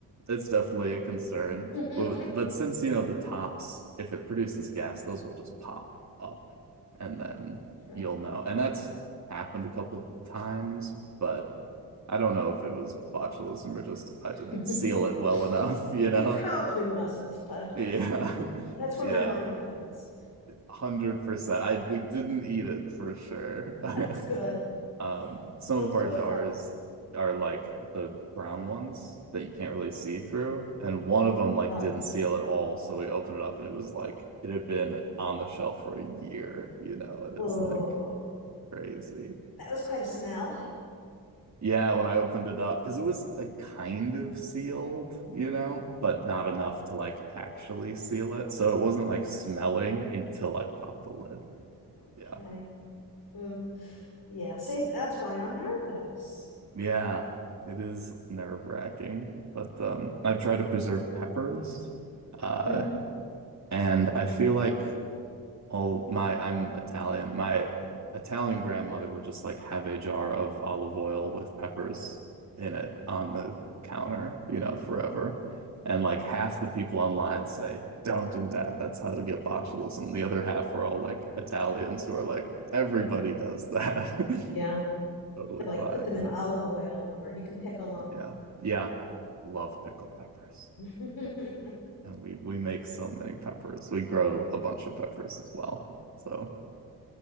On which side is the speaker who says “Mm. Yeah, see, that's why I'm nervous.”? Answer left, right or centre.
Left